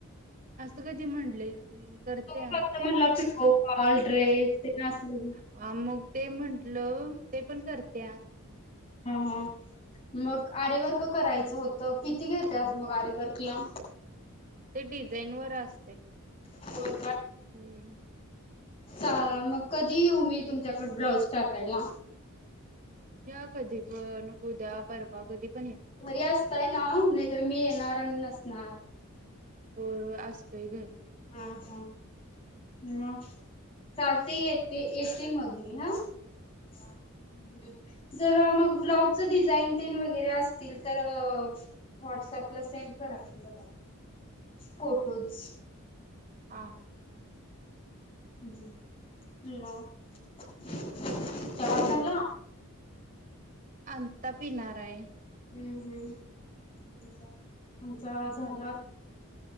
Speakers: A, on the right (about 40°); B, on the left (about 25°).
A: असं कधी म्हंटलय? मी करते
B: तुम्ही
A: आं
B: फक्त म्हणला
A: <unintelligible>
B: पिको फॉल ड्रेस ते असं
A: आ मग ते म्हंटल- तेप- -पण करत्या.
B: हां हां मग आरीवर्क करायचं होतं किती घेत्यात मग आरीवर्कला
A: ते डिझाईन वर असतय
B: होय
A: -हं.
B: साधं - मग कधी येऊ मी तुमच्याकड पण ब्लाऊज टाकायला
A: या कधीपण उद्या परवा कधी पण या
B: घरी असताय ना नाहीतर मी येणार आणि नसणार
A: होय अस तोय घरी
B: हां हां म चालतेय येते ते मग मी हा हा जर मग ब्लाउज डिझाईन तेन वगैरे असतील तर वॉट्सअपला सेंड करा की‌ मला फोटोज
A: हा हां
B: हम्म मग
A: ते
B: चहा
A: काय
B: झाला
A: नाही अंता पिनाराय
B: हम्म हम्म <unintelligible> चा झाला